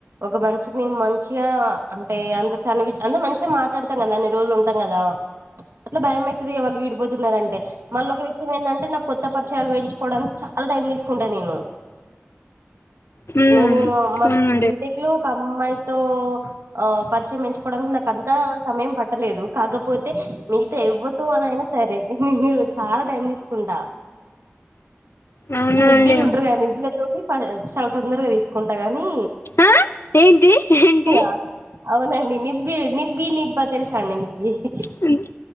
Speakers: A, on the right; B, on the left.
A: ఒక మనిషికి నేను మంచిగా అంటే అంత చనివి అంటే మంచిగా మాట్లాడతాం కదా అన్ని రోజులు ఉంటాం కదా అట్లా భయంమవుతుది వాళ్ళు విడిపోతున్నారంటే మళ్ళీ ఒక విషయం ఏంటంటే నాకు కొత్త పరిచయాలు వేయించుకోవడానికి చ లా టైం తీసుకుంటా నేను
B: హ్మ్.
A: నేను మా
B: అవునండి.
A: బీ టెక్ ఓకమ్మాయితో ఆ పరిచయం పెంచుకోవడానికి నాకంతా సమయం పట్టలేదు కాకపోతే మిగతా ఎవ్వరుతో అనయినా సరే నేను చాలా టైం తీ సుకుంటా
B: అవునా
A: నిబ్బీలు
B: అండి.
A: ఉండరు గా నిబ్బీలు లే తోటి చాలా తొందరగా తీసుకుంటా గాని
B: ఆ! ఏంటి ఏంటి
A: ఇగ అవునండి నిబ్బి నిబ్బి నిబ్బా తెలిసా అండి మీకి
B: మీకు